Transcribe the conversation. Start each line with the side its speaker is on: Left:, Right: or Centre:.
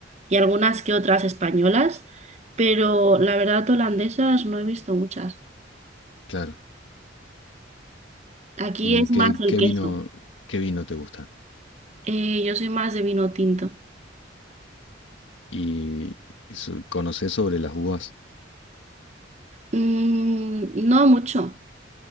Right: y algunas que otras españolas, pero la verdad holandesas no he visto muchas.
Left: Claro.
Right: Aquí
Left: ¿Y
Right: es
Left: qué,
Right: más el
Left: qué
Right: queso.
Left: vino, qué vino te gusta?
Right: Eh, yo soy más de vino tinto.
Left: ¿Y eso- conocés sobre las uvas?
Right: Mm, no mucho.